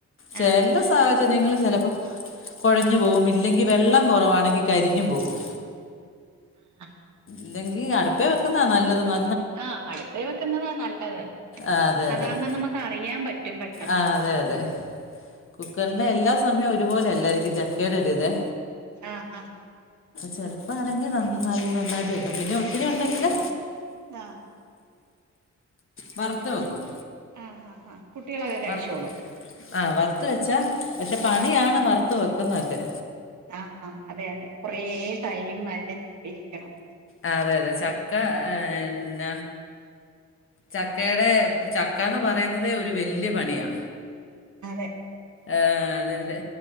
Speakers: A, on the left; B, on the right.
A: ചെല
B: ആഹ്
A: സാഹച ഞങ്ങൾ ചിലപ്പോ കൊഴഞ്ഞ് പോവും ഇല്ലെങ്കിൽ വെള്ളം കൊറവാണെങ്കി കരിഞ്ഞും പോവും
B: ആ ആ
A: ഇല്ലെങ്കി അടുപ്പേ വെക്കുന്നാ നല്ലത് ന
B: ആഹ് അടുപ്പേ വെക്കുന്നതാ നല്ലത്
A: ആഹ് അതെ
B: അതാമ്പോ
A: അതെ
B: നമ്മുക്ക് അറിയാൻ പറ്റും പെട്ടെന്ന്
A: ആ അതെ അതെ കുക്കറിൻ്റെ എല്ലാ സമയവും ഒരുപോലെ അല്ലായിരിക്കും ചക്കയുടെ ഒരു ഇതേ
B: ആഹ് ആഹ്
A: ചിലപ്പാണെങ്കിൽ ന ന നന്നായിട്ട് കിട്ടും പിന്നെ ഒത്തിരി ഉണ്ടെങ്കില്
B: ആഹ്
A: വറുത്ത് വെക്കും
B: ആഹ് ആഹ് ആഹ് കുട്ടികളൊക്കെ കഴിച്ചോളും
A: വറ ആ വറുത്ത് വെച്ചാൽ പക്ഷെ പണിയാണ് വറുത്ത് വെക്കുന്നൊക്കെ
B: ആഹ് ആഹ് അതെ അതെ കൊറെ ടൈം അടുത്ത് നിക്കണം
A: ആ, അതെ അതെ ചക്ക എന്ന ചക്കെടെ ചക്കന്ന് പറയുന്നതെ ഒരു വല്ല്യ പണിയാ
B: അതെ
A: ഏഹ് അതിന്റെ